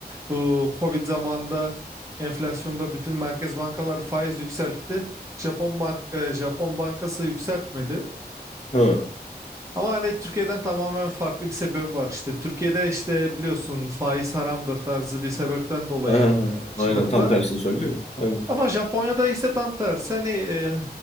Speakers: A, on the right; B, on the left.
A: Bu Covid zamanında enflasyonda bütün merkez bankalar faiz yükseltti. Japon mark e, Japon bankası yükseltmedi.
B: ha, aha,
A: Ama hani Türkiye'den tamamen farklı bir sebep var işte. Türkiye'de işte biliyorsun faiz haramdır tarzı bir sebepten dolayı
B: aha.
A: e, şey
B: Aynen
A: yaptılar.
B: tam tersini söylüyor ya. Aynen.
A: Ama Japonya'da ise tam tersi hani e,